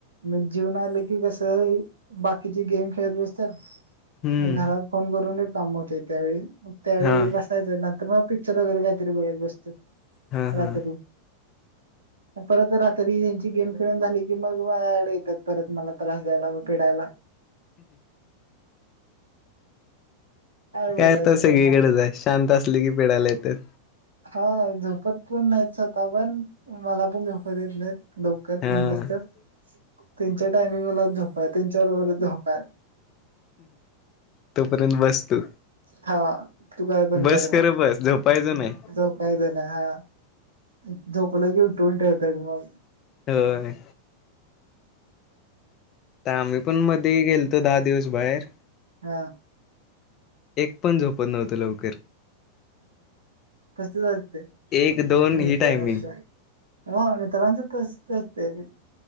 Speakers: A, on the right; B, on the left.
A: मग जेवण आलं की कस बाकीची गेम खेळत बसत्यात.
B: हम्म
A: घरात फोन करून ये काम होते त्यायावेळी. म त्यायावेळी
B: हा
A: बसायचं न तर मग पिक्चर वगैरे काहीतरी बघत बस तो
B: हा
A: रात्री.
B: हा
A: परत रात्री गेम खेळून झाली की मग मायाकड येत्यात परत मला त्रास द्यायला पिडायला. <inaudible> <inaudible> बोलायचं
B: काय आता
A: त्यांना
B: सगळीकडच आहे शांत अस उठली की पिडायला येत्यात.
A: हां झोपत पण नाहीत स्वतः पण, मला पण झोपू देत नाहीत. लवकर
B: हा
A: म्हणलस तर, तेनच्या टायमिंगला झोपा तेनच्या बरोबर झोपा
B: तोपर्यंत बस तू
A: हां तू काय पण
B: बस
A: कर मग.
B: खरं बस झोपायचं नाही
A: झोपायचं नाही हां. झोपलं की उटवून ठेवत्यात मग.
B: होय. ते आम्ही पण मध्ये गेलतो दहा दिवस बाहेर.
A: हां.
B: एक पण झोपत नव्हतं लवकर
A: तसंच असतंय,
B: एक दोन
A: मित्रांचं
B: ही टायमिंग
A: होय मित्रांचं तसंच अस <unintelligible>